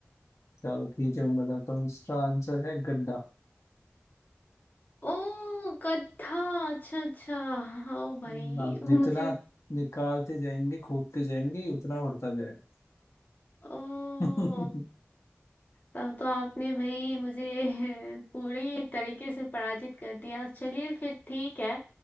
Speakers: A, on the left; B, on the left.
A: चलो ठीक है मैं बताता हूँ इसका आंसर है गड्ढा
B: ओ गधा अच्छा अच्छा हाँ ओ भाई
A: हम्म, आप
B: मुझे
A: जितना निकालते जाएंगे खोदते जाएंगे उतना बढ़ता जाएगा
B: ओ
A: <laughs>
B: तब तो आपने भाई मुझे <laughs> पूरी तरीके से पराजित कर दिया चलिए फिर ठीक है